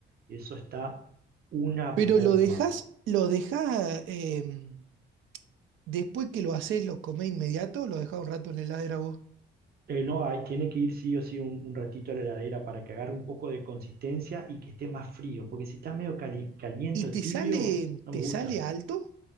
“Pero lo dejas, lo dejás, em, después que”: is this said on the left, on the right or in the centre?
Right